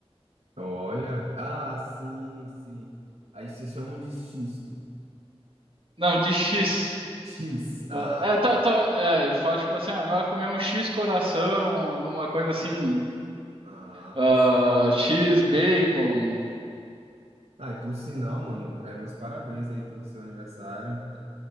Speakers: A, on the right; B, on the right.
A: Olha. Ah, sim, sim. Aí vocês chamam de xisto.
B: Não, de X.
A: X.
B: Ah,
A: ah
B: É, tá,
A: tá.
B: tá, é, a gente fala tipo assim, ah, vai comer um X coração, alguma coisa assim,
A: Ah,
B: ah,
A: tá.
B: X bacon,
A: Ah, e por sinal, mano, é, meus parabéns aí pelo seu aniversário.